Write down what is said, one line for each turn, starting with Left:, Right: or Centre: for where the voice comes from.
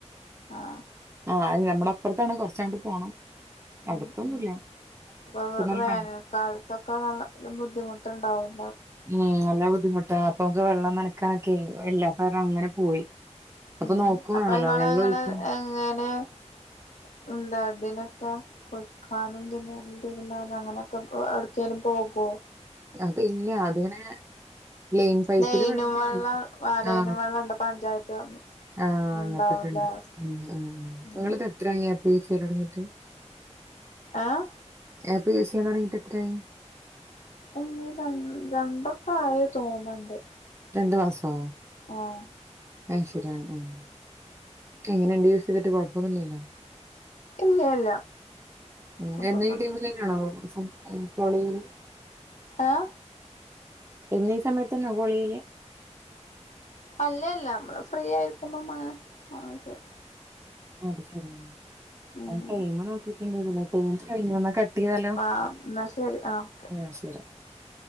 Left: ആഹ
Right: അത് ഞമ്മളെ അപ്പർത്താണ് കൊറച്ചണ്ട് പോണം
Left: ഉം
Right: അടുത്തൊന്നുമില്ല
Left: ഉം അപ്പൊ
Right: പക്ഷെ എന്നാലും
Left: വേനൽക്കാലത്തൊക്കെ
Right: മഴ
Left: വെള്ളത്തിനു ബുദ്ധിമുട്ടണ്ടാവും
Right: ഉം നല്ല ബുദ്ധിമുട്ടാ അപ്പൊ നമ്ക്ക് വെള്ളം നനക്കാനൊക്കെ എല്ലാം അപ്പ കാരണം അങ്ങനെ പോയി അപ്പൊ
Left: ഉം
Right: നോക്കും
Left: അപ്പൊ
Right: വേണല്ലോ
Left: ഞങ്ങള്
Right: വെള്ളം
Left: ങ്ങള്
Right: ഒഴിക്കും
Left: എങ്ങനെ- എന്താ അതിനൊക്കെ കുളിക്കാനും പിന്നെതിരുമ്പാനും അങ്ങനെ <unintelligible> ട്ക്കേലും പോവോ
Right: അതില്ല അത് ഇങ്ങനെ ലൈൻ പൈപ്പില്
Left: ലൈനും
Right: വെള്ളംവരുവെ
Left: വെള്ളം ലൈനും
Right: ആ
Left: വെള്ളം ഉണ്ട് പഞ്ചായത്ത്
Right: ആ അങ്ങത്തൊക്കെണ്ട്
Left: ഉണ്ടാവുംല്ലേ
Right: മ് മ്
Left: ഉം
Right: നിങ്ങള് <unintelligible> ത്ത്രായി യ്ചൊലടങ്ങീട്ട് <unintelligible>
Left: ആഹ്
Right: ആ പി എ സി ചെയ്യാൻ തൊടങ്ങിയിട്ട് എത്ര ആയി
Left: ഇനി രണ്ട് രണ്ടൊക്കെ ആയി തോന്ന്ണ്ട്
Right: രണ്ട് മാസവോ
Left: ആഹ്
Right: അതുശരി ആഹ് ആഹ് എങ്ങനെ ഇണ്ട് യൂസ് ചെയ്തിട്ട് കൊഴപ്പൊന്നില്ലല്ലോ
Left: ഇല്ല ഇല്ല
Right: ഉം
Left: കുഴപ്പൊന്നുല്ല.
Right: നീ എന്നും ഈ ടീംമില് തന്നെയാണോ അരിക്കോളയില് <unintelligible>
Left: ഏ
Right: എന്നും ഈ സമയത്ത് തന്നെയാ കൊള് ചെയ്ക
Left: അല്ല ല്ല നമ്മള് ഫ്രീ ആയിരിക്കുമ്പം മാ അഹ് ശരി
Right: അത് ശരി ആ
Left: ഉം
Right: ഞാൻ ടൈം നോക്കിട്ടുണ്ടായിരുനില്ല <unintelligible> കട്ട് കട്ട് ചെയ്താലോ
Left: ആഹ് എന്നാ ശരി ആഹ് ഓക്കെ
Right: ആ ശരി <unintelligible>